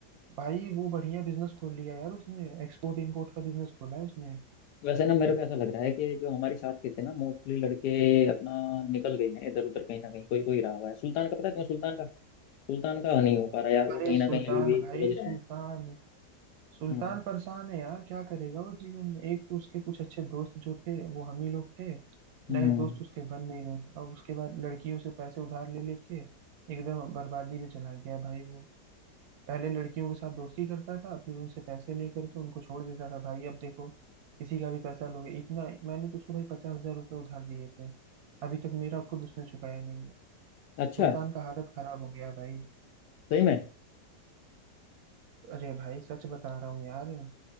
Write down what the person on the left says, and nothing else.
वैसे ना मेरे को ऐसा लग रहा है कि जो हमारे साथ के थे ना मोस्टली लड़के अपना निकल गए हैं इधर उधर कहीं ना कहीं कोई कोई रहा हुआ है सुल्तान का पता है तुम्हें सुल्तान का सुल्तान का नहीं हो पा रहा यार वो
कहीं
ना कहीं अभी भी
उलझ
रहा है
हम्म
हम्म
अच्छा
सही में